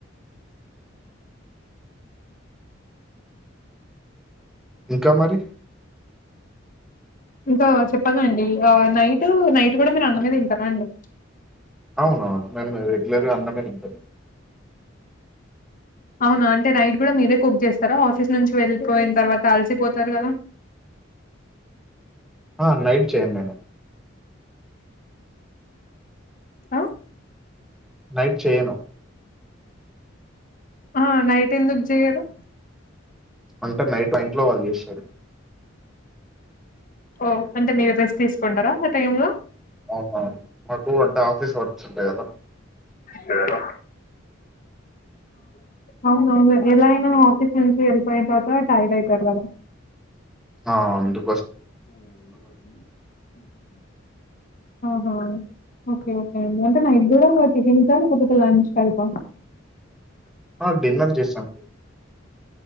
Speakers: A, in the centre; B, on the left.
A: ఇంకా మరి
B: ఇంకా చెప్పదండి నైట్ నైట్ కూడా మీరూ అన్నమే తింటారా అండి
A: అవునవును మేము రెగ్యులర్గా అన్నమే ఉంటాము
B: అవునా అంటే నైట్ కూడా మీరే కుక్ చేస్తారా ఆఫీస్ నుంచి వెళ్ళిపోయిన తర్వాత అలసిపోతారు కదా
A: ఆ నైట్ చేయంనుడి నేను
B: ఆ
A: నైట్ చేయను
B: ఆ నైట్ ఎందుకు జెయరు
A: అంటే నైట్ ఇంటి లో వాళ్ళు చేశారు
B: ఓ అంటే మీరు రెస్ట్ తీసుకుంటారా టైం లో
A: అవునవును మాకు అంటే ఆఫీస్ వర్స్ ఉంటాయి కదా
B: సరే అవునువును ఎలా అయినా ఆఫీస్ నుంచి వెళ్ళి పోయిన తర్వాత టైర్డ్ అవుతారు కదా
A: ఆ అండి
B: హా ఓకే ఓకే అండి అంటే నైట్ కూడా టిఫిన్సా లేకపోతే లంచ్ టైఫా
A: ఆ డిన్నర్ చేస్తాం